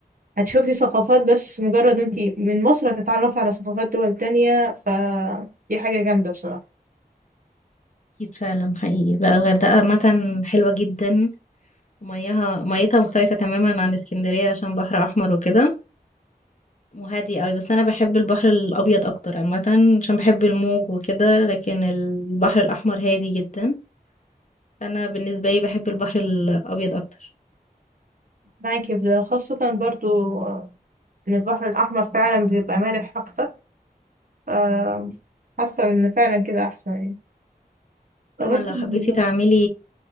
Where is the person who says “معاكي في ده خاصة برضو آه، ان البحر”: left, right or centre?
Right